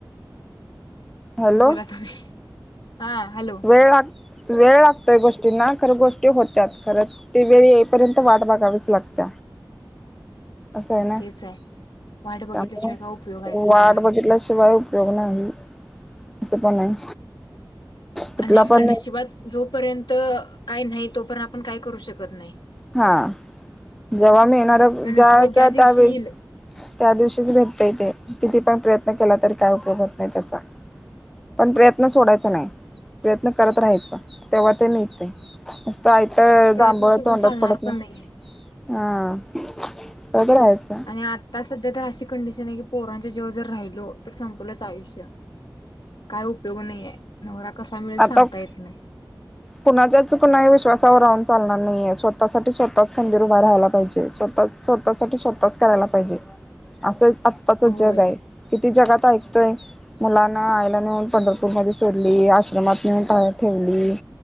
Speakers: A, in the centre; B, on the left.
A: हॅलो
B: बोला तुम्ही, हा हॅलो!
A: वेळ लाग वेळ लागतोय गोष्टींना खरं गोष्टी होत्यात खरंच ते वेळ येईपर्यंत वाट बगावीच लागत. असं आहे ना!
B: तेच आहे वाट बघितल्याशिवाय
A: त्यामुळे
B: काय उपयोग आहे का सांगा
A: वाट बघितल्याशिवाय पकणला आहे स पना नाही. कुठला
B: आणि आपल्या
A: पण
B: नशिबात जोपर्यंत काय नाही, तोपर्यंत आपण काय करू शकत नाही.
A: हा जेव्हा मिळणार ज्याच्या
B: आपल्या नशिबात ज्या दिवशी
A: त्यावेेळेस
B: येईल
A: त्या दिवशीच भेटतय तेे किती पण प्रयत्न केला तरी काय उपयोगत नाही त्याचा. पण प्रयत्न सोडायचा नाही, प्रयत्न करत राहायचां तेव्हा ते निहे मस्तईत
B: प्रयत्न
A: दांबूळ
B: सोडून
A: तोड
B: चालणार
A: पढतं.
B: पण नाहीये
A: हा सगडंच.
B: आणि आता सध्या तर अशी कंडिशन आहे की पोरांच्या जेव्हा जर राहिलो तर संपलंच आयुष्य काय उपयोग नाही आहे. नवरा कसा मिळेल
A: आता
B: सांगता येत नाही.
A: कुणाच्याच कुही विश्वासावर राहून चालणार नाहीये स्वतः सा स्वतःच खंदिर उभ राहायला पाहिजे. स् स्वतःसाठी स्वतःच करायला पाहिजे असं आत्ताच
B: होय
A: जग आहे. किती जगात ऐकतोय. मुलांना आईला नेऊन पंढरपूर मध्ये सोडली आश्रमात नेऊन ठेवली.